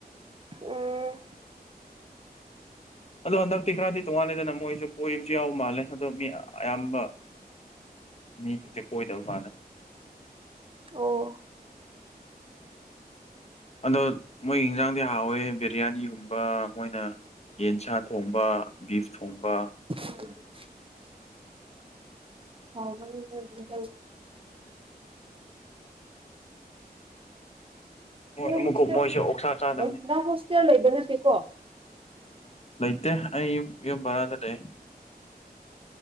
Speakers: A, on the right (about 35°); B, on the left (about 40°).
A: ꯎꯝ
B: ꯑꯗꯣ ꯍꯟꯗꯛꯇꯤ ꯈ꯭ꯔꯗꯤ ꯇꯣꯉꯥꯜꯂꯦꯗꯅ ꯃꯣꯏꯁꯨ ꯀꯣꯏꯕꯁꯨ ꯌꯥꯎ ꯃꯥꯜꯂꯦ ꯑꯗꯣ ꯃꯤ ꯑꯌꯥꯝꯕ ꯃꯤꯁꯤꯡꯁꯦ ꯀꯣꯏꯗꯕ ꯃꯥꯜꯂꯦ
A: ꯑꯣ
B: ꯑꯗꯣ ꯃꯣꯏ ꯌꯦꯟꯖꯥꯡꯗꯤ ꯍꯥꯎꯋꯦ ꯕꯤꯔꯌꯥꯅꯤꯒꯨꯝꯕ ꯃꯣꯏꯅ ꯌꯦꯟꯁꯥ ꯊꯣꯡꯕ ꯕꯤꯐ ꯊꯣꯡꯕ
A: <unintelligible> ꯍ <unintelligible>
B: ꯑꯃꯨꯛꯀ
A: ꯍꯣꯁꯇꯦꯜꯗꯤ
B: ꯃꯣꯏꯁꯦ ꯑꯣꯛꯁꯥ ꯆꯥꯗꯕꯅꯤ
A: ꯑꯦ ꯅꯪ ꯍꯣꯁꯇꯦꯜ ꯂꯩꯕ ꯅꯠꯇꯦꯀꯣ
B: ꯂꯩꯇꯦ ꯑꯩ ꯌꯨꯝ ꯌꯨꯝ ꯕꯔꯥꯗ ꯂꯩ